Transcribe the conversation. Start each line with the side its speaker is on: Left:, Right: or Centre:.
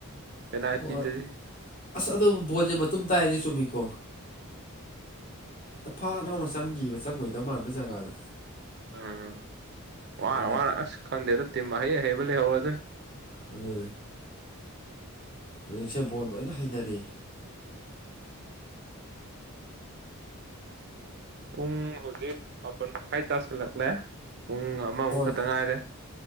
Right: ꯄꯅꯥꯇꯤꯗꯗꯤ
Left: ꯍꯣꯏ ꯑꯁ ꯑꯗꯨ ꯕꯣꯟꯁꯦ ꯃꯇꯨꯝ ꯇꯥꯏꯁꯦ ꯆꯨꯝꯃꯤꯀꯣ ꯗ ꯐꯥ ꯂꯥꯎꯅ ꯆꯪꯈꯤꯕ ꯆꯪꯉꯣꯏꯗꯕ ꯃꯥꯟꯕ ꯖꯒꯥꯗ
Right: ꯎꯝ ꯋꯥꯔ
Left: ꯑꯗꯨꯅ
Right: ꯋꯥꯔ ꯑꯁ ꯈꯪꯗꯦꯗ ꯇꯤꯝ ꯑꯍꯩ ꯑꯍꯩꯕ ꯂꯩꯍꯧꯔ ꯑꯗꯨꯅꯤ
Left: ꯑ ꯑꯗꯨꯦ ꯍꯧꯖꯤꯛꯁꯦ ꯕꯣꯟ ꯂꯣꯏꯅ ꯍꯩꯅꯔꯤ
Right: ꯄꯨꯡ ꯍꯧꯖꯤꯛ ꯃꯥꯄꯜ ꯃꯈꯥꯏ ꯇꯥꯁꯜꯂꯛꯂꯦ ꯄꯨꯡ ꯑꯃꯃꯨꯛ
Left: ꯍꯣꯏ
Right: ꯈꯛꯇ ꯉꯥꯏꯔꯦ